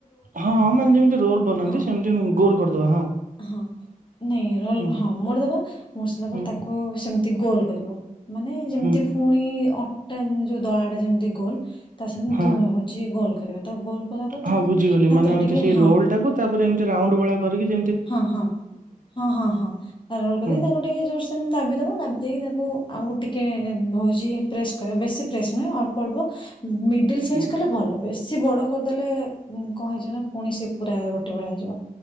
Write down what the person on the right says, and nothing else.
ହଁ ମାନେ ଯେମିତି ରୋଲ ବନାନ୍ତି
ସେମିତି ଗୋଲ କରିଦବା ହଁ।
ହୁଁ,
ହୁଁ,
ହୁଁ,
ହଁ,
ହଁ
ବୁଝିଗଲି
ମାନେ ଏମିତି
ସେଇ
ରୋଲ ଟାକୁ ତାପରେ ଏମତି ରାଉଣ୍ଡ ଭଳିଆ କରିକି ଯେ
ହୁଁ,
ହୁଁ,